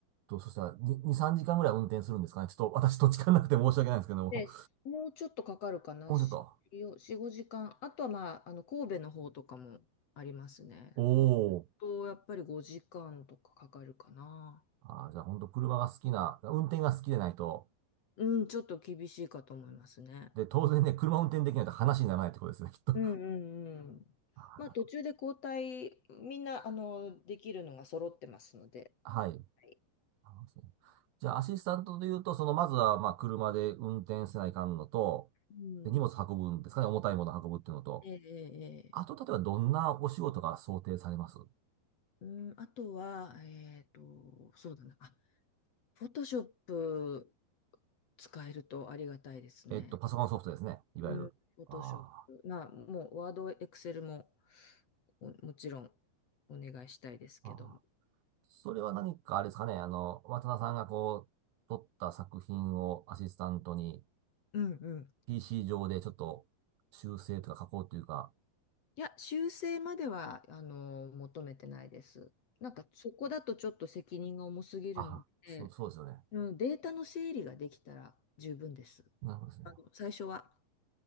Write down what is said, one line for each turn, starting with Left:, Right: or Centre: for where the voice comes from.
Right: と、そしたら2、2、3時間ぐらい運転するんですかねちょっと私土地勘なくて申し訳ないんですけども。
Left: で、もうちょっとかかるかな、
Right: もうちょっと。
Left: 4、5時間。あとは、まあ、あの、神戸の方とかもありますね。
Right: おお。
Left: そうすると、やっぱり5時間とかかかるかな。
Right: あーじゃあ本当車が好きな、運転が好きでないと。
Left: うん、ちょっと厳しいかと思いますね。
Right: で、当然ね、車運転できないと話にならないってことですね、きっと。<laughs>
Left: うんうんうん。
Right: あ
Left: まあ、途中で交代、みんな、あの、できるのが揃ってますので。
Right: ーはい。
Left: はい。
Right: あのそうじゃあ、アシスタントで言うと、その、まずは、まあ、車で運転せないかんのと、
Left: うん。
Right: で、荷物運ぶんですかね、重たいもの運ぶっていうのと、
Left: ええええ。え
Right: あと、例えば、どんなお仕事が想定されます
Left: うん、あとは、えっと、そうだな。あ、フォトショップ使えるとありがたいですね。
Right: えっと、パソコンソフトですね。いわゆる。
Left: うん、フォトショップ。
Right: あ
Left: まあ、もう、ワード、エクセルも、おもちろん、お願いしたいですけども。
Right: ーあー。それは何かあれですかね。あの、渡田さんがこう、撮った作品をアシスタントに
Left: うんうん。
Right: PC 上でちょっと修正とか加工というか、
Left: いや、修正までは、あの、求めてないです。なんか、そこだとちょっと責任が重すぎるので、
Right: あ、そう、そうですよね。
Left: うん、データの整理ができたら十分です。
Right: なるほどですね。
Left: あの、最初は。